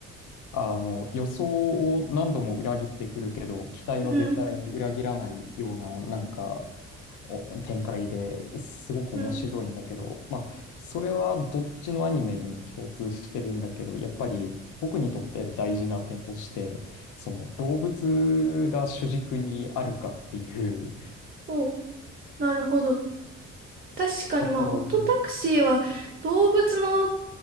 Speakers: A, on the left (about 80°); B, on the right (about 30°).
A: あの、予想を何度も裏切ってくるけど、期待は絶対に裏切らないような、
B: うん、
A: なんか、お展開ですごく面白いんだけど、
B: うん。
A: まあ、それはどっちのアニメにも共通してるんだけど、やっぱり僕にとって大事な点として、その動物が主軸にあるかっていう
B: おう、なるほど。確かにまあオットタクシーは動物の皮
A: <laughs> ところ、